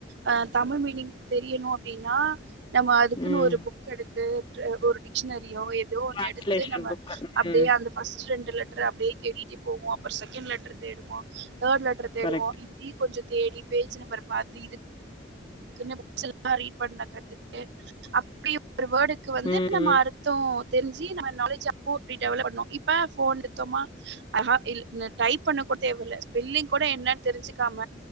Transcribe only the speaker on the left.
ம்.
டிரான்ஸ்லேஷன்
புக்.
ம்.
கரெக்ட்.
ம்,
ம்,